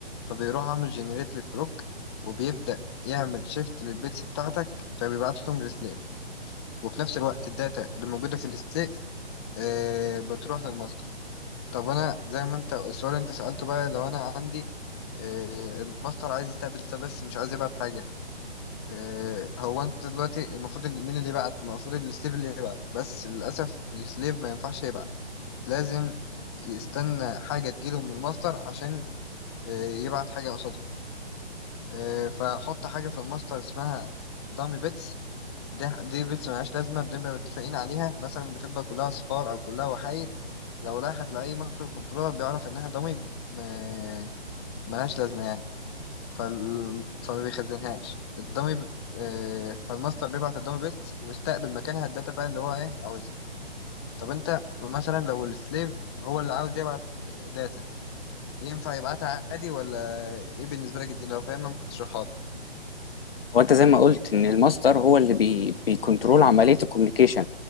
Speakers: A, on the left (about 25°); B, on the left (about 60°).
A: فبيروح عامل جنريت للكلوك وبيبدأ يعمل شيفت للبيتس بتاعتك فبيبعتهم للسليف وفي نفس الوقت الداتا اللي موجودة في السليف آه بتروح للماستر طب انا زي ما انت السؤال اللي انت سألته بقى لو انا عندي آه الماستر عايز يستقبل بس مش عايز يبعت حاجة آه، هو انت دلوقتي المفروض ال- مين اللي يبعت المفروض السليب اللي يبعت بس للاسف السليب ما ينفعش يبعت لازم يستنى حاجه تجيله من الماستر عشان آه، يبعت حاجه قصادها آه، فحط حاجه في الماستر اسمها دامي بيتس ده دي بيتس ملهاش لازمه بنبقى متفقين عليها مثلا بتبقى كلها صفار او كلها وحايد لو راحت لاي مايكرو كنترولر بيعرف انها دامي آه، ملهاش لازمه يعني فال... فما بيخزنهاش الدمي ب... آه، فالماستر بيبعت الدمي بيست ويستقبل مكانها الداتا بقى اللي هو ايه عاوزها طب انت مثلا لو السليف هو اللي عاوز يبعت داتا ينفع يبعتها عادي ولا ايه بالنسبة لك دي لو فاهمها ممكن تشرحها لي
B: هو انت زي ما قلت ان الماستر هو اللي بي... بيكنترول عمليه الكوميونيكيشن